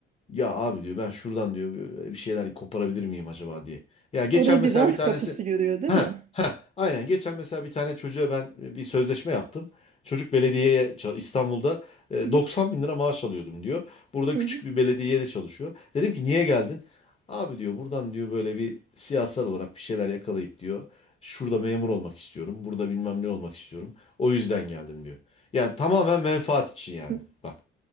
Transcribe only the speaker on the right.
Orayı
bir rant
kapısı görüyor değil
mi?
Hı hı
hı
hı.
hı.